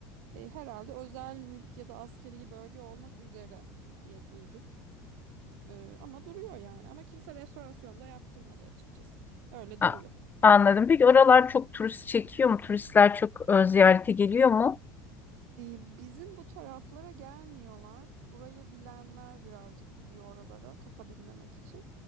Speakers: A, on the right (about 70°); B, on the left (about 20°).
A: E, herhalde özel mülk ya da askeri bölge olmak üzere diye duydum. E, ama duruyor yani. Ama kimse restorasyonda yaptırmadı açıkçası. Öyle
B: A-
A: duruyor.
B: anladım. Peki oralar çok turist çekiyor mu? Turistler çok e, ziyarete geliyor mu?
A: Ee, Bizim bu taraflara gelmiyorlar. Burayı bilenler birazcık gidiyor oralara kafa dinlemek için.